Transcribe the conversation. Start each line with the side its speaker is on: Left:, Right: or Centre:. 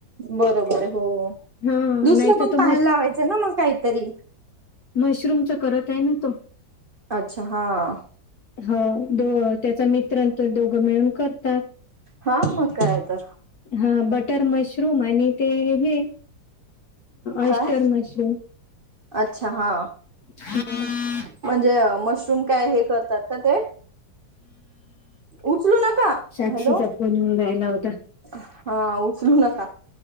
Right: बरोबर हो
Left: हा
Right: दुसरं
Left: नाही तर
Right: पण
Left: तो
Right: पाहायला लावायचं ना मग काहीतरी
Left: मशरूमचा करत आहे ना तो
Right: अच्छा हां.
Left: हो दो त्याचा मित्रांत दोघं मिळून करतात.
Right: हा मग काय तर
Left: हा बटर मशरूम आणि ते हे ऑस्टर
Right: काय
Left: मशरूम
Right: अच्छा हा.
Left: हम्.
Right: म्हणजे मशरूम काय हे करतात का ते उचलू नका
Left: साक्षीचा
Right: हॅलो.
Left: फोन येऊन राहिला होता
Right: हा उचलू नका